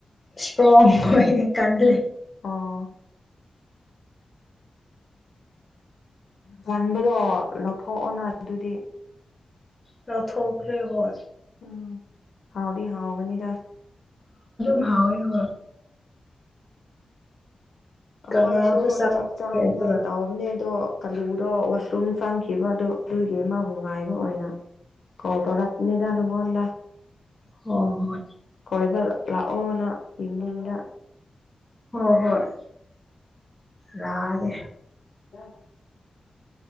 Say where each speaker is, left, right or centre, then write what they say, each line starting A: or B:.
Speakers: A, on the left; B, on the left.
A: ꯁꯇ꯭ꯔꯣ ꯌꯥꯀꯥꯟ꯭ꯔꯦ
B: ꯑꯣ ꯆꯥꯟꯕꯗꯣ ꯂꯧꯊꯣꯛꯑꯣꯅ ꯑꯗꯨꯗꯤ
A: ꯅꯊꯄꯂꯤ ꯑꯣꯏꯣꯏ
B: ꯎꯝ ꯍꯥꯎꯗꯤ ꯍꯥꯎꯒꯅꯤꯗ
A: ꯍꯣꯏ ꯍꯣꯏ
B: ꯑꯩꯈꯣꯏꯁꯨ
A: ꯀꯥꯡꯉꯧꯁꯨ ꯆꯥꯔꯦ
B: ꯆꯥꯛ ꯆꯥꯅꯤꯡꯉꯥꯏ
A: ꯑꯗꯨꯒ
B: ꯇꯧꯕꯅꯦ ꯑꯗꯣ ꯑꯥꯂꯨꯗꯣ ꯋꯥꯁꯔꯨꯝ ꯆꯪꯈꯤꯕ ꯑꯗꯨ ꯑꯗꯨꯒꯤ ꯃꯥꯕꯨ ꯉꯥꯏꯕ ꯑꯣꯏꯅ ꯀꯣ ꯇꯔꯅꯤ ꯗꯥꯅꯅꯨꯡꯉ
A: ꯍ ꯍꯣꯏ
B: ꯀꯣꯏꯕ ꯂꯥꯛꯑꯣꯅ ꯏꯚꯅꯤꯡꯗ
A: ꯍꯣꯏ ꯍꯣꯏ ꯔꯒꯦ
B: ꯑ